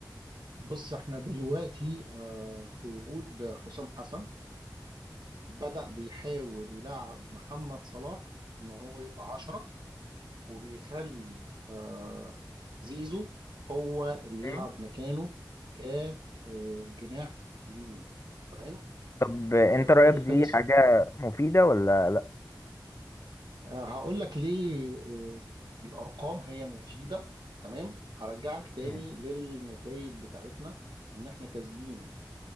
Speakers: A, on the right; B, on the left.
A: بص احنا دلوقتي آه، في وجود حسام حسن بدأ بيحاول يلعب محمد صلاح ان هو يبقى عشرة وبيخلي آه، زيزو هو اللي
B: مم.
A: يلعب مكانه كجناح يمين تمام
B: طب انت
A: وهو
B: رأيك
A: اللي
B: دي
A: يخلي
B: حاجة مفيدة ولا لا
A: آه، هقول لك ليه آه، الارقام هي مفيده تمام هرجعك تاني
B: مم.
A: للنتائج بتاعتنا ان احنا كاسبين